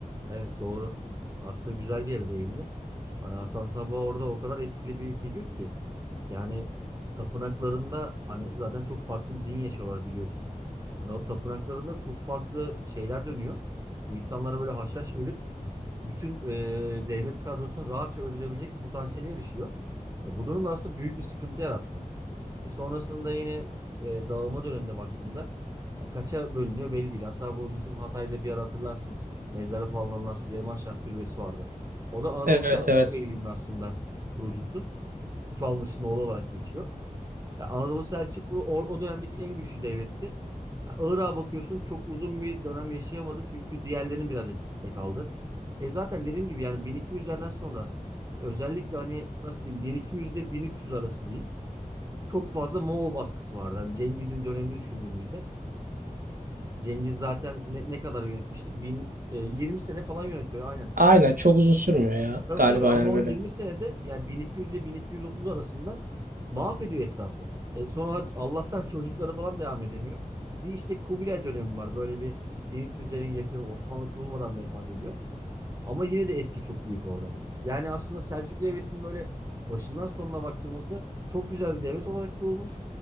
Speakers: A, on the right; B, on the right.
A: Evet doğru. Aslında güzel bir yere değindin. Hani Hasan Sabbah orada o kadar etkili bir figür ki. Yani tapınaklarında hani zaten çok farklı bir din yaşıyorlar biliyorsun. Hani o tapınaklarında çok farklı şeyler dönüyor. İnsanlara böyle haşhaş verip bütün e, devlet kadrosunu rahatça öldürebilecek bir potansiyele erişiyor. E, bu durum da aslında büyük bir sıkıntı yarattı. E, sonrasında yine e, dağılma dönemine baktığında e, kaça bölünüyor belli değil. Hatta bu bizim Hatay'da bir ara hatırlarsın mezara falan alınan Süleyman Şah Türbesi vardı. O da Anadolu
B: Evet
A: Selçuklu
B: evet.
A: Beyliği'nin aslında kurucusu. Kutu Almış'ın oğlu olarak geçiyor. Ya Anadolu Selçuklu o, o dönemdeki en güçlü devletti. Ya Irak'a bakıyorsun çok uzun bir dönem yaşayamadı çünkü diğerlerinin biraz etkisi de kaldı. E zaten dediğim gibi yani 1200'lerden sonra özellikle hani nasıl diyeyim 1200 ile 1300 arası diyeyim çok fazla Moğol baskısı vardı. Hani Cengiz'in dönemini düşündüğümüzde Cengiz zaten ne, ne kadar yönetmişti? Bin, e, 20 sene falan yönetiyor aynen.
B: Aynen çok uzun sürmüyor ya
A: Tabii
B: galiba
A: tabii ama
B: yani
A: o
B: böyle.
A: 20 senede yani 1200 ile 1230 arasında mahvediyor etrafı. E sonra hadi Allah'tan çocuklara falan devam edemiyor. Bir işte Kubilay dönemi var. Böyle bir 1300'lerin yakını Osmanlı kurulmadan vefat ediyor. Ama yine de etki çok büyük orada. Yani aslında Selçuklu Devleti'nin böyle başından sonuna baktığımızda çok güzel bir devlet olarak kurulmuş.